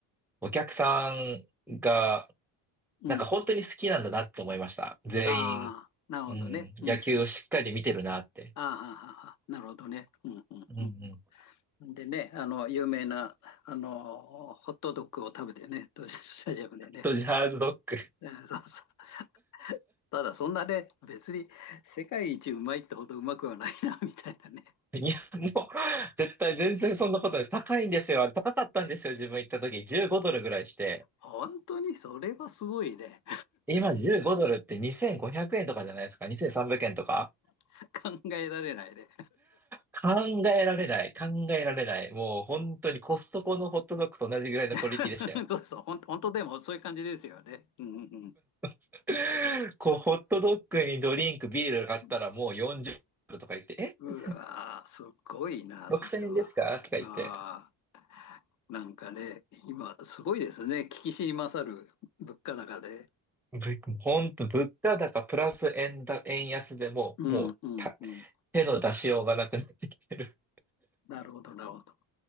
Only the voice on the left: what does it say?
うん。
ああ、なるほどね。
うん。
うんああ、ああああなるほどね。うんうん
うん。でね、あの、有名な、あの、ホットドッグを食べてね、ドジャーススタジアムでね。
うんそうそう。ただ、そんなね、別に世界一うまいってほどうまくはないな、<laughs> みたいなね。
本当に、それはすごいね。
<laughs> 考えられないね。
<laughs> そうそう、ほん本当でもそういう感じですよね。うんうん
うん。うわー、
すごいな、
それは。
ああ。なんかね、今、すごいですね。聞きしに勝る物価高で。
うん、
うん、うん。
なるほど、なるほど。